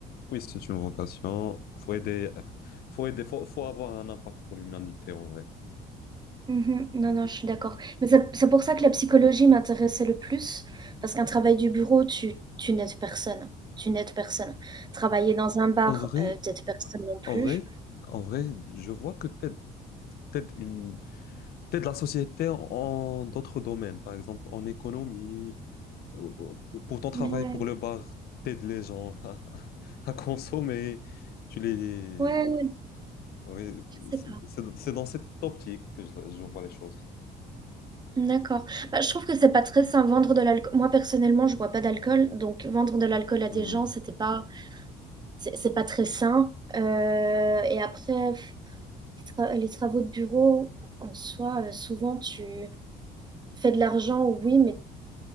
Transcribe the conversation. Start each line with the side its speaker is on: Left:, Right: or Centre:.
Left: Oui, c'est une vocation. Faut aider, faut aider, faut, faut avoir un impact pour l'humanité en vrai.
Right: Mhm. Non,
Left: Un
Right: non,
Left: peu.
Right: je suis d'accord. Mais c'est c'est pour ça que la psychologie m'intéressait le plus, parce qu'un travail du bureau, tu, tu n'aides personne. Tu n'aides personne. Travailler dans un bar,
Left: En vrai,
Right: euh, t'aides personne non plus.
Left: en vrai, en vrai, je vois que t'aides, t'aides une, t'aides la société en, en d'autres domaines, par exemple en économie, euh, euh, pour ton travail,
Right: Ouais,
Left: pour le bar, t'aides les gens <laughs> à, à consommer, tu les...
Right: ouais,
Left: Oui,
Right: je sais
Left: c'est
Right: pas.
Left: c'est- c'est dans cette optique que je, je vois les choses.
Right: D'accord. Bah, je trouve que c'est pas très sain vendre de l'alcool. moi personnellement je bois pas d'alcool, donc vendre de l'alcool à
Left: Hmm,
Right: des gens c'était pas c'est c'est pas très sain, heu et après f les tra les travaux de bureau en soi, heu, souvent tu fais de l'argent oui, mais